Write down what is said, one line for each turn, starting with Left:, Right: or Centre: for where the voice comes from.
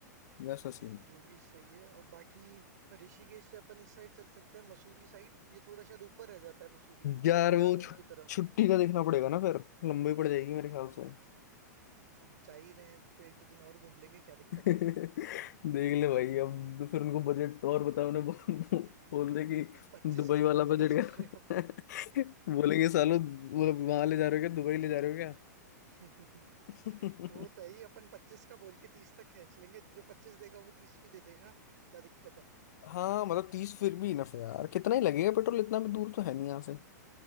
Left: वैसा सीन
Right: ये भी सही है और बाकी ऋषिकेश से अपन इस साइड चल सकते हैं मसूरी साइड ये थोड़ा शायद ऊपर रह जाता है मसूरी
Left: यार
Right: देहरादून
Left: वो छु,
Right: की तरफ
Left: छुट्टी का देखना पड़ेगा ना फिर लंबी पड़ जाएगी मेरे ख्याल
Right: अ-
Left: से
Right: अब जा ही रहे हैं तो एक दो दिन और घूम लेंगे क्या
Left: <laughs>
Right: दिक्कत
Left: देख
Right: है
Left: ले भाई अब तो फिर उनको बजट और बताओ उन्हें बो- बोल दे कि
Right: पच्चीस
Left: दुबई
Right: तो
Left: वाला
Right: बोल
Left: बजट
Right: के ही चल
Left: का
Right: रहे हैं अपन
Left: <laughs> बोलेंगे सालों मतलब वहां ले जा रहे हो क्या दुबई ले जा रहे हो
Right: <laughs>
Left: <laughs>
Right: वो तो है ही अपन पच्चीस का बोल के तीस तक खींच लेंगे जो पच्चीस देगा वो तीस भी दे देगा क्या दिक्कत है
Left: हाँ मतलब तीस फिर भी इनफ है यार कितना ही लगेगा पेट्रोल इतना भी दूर तो है नहीं यहाँ से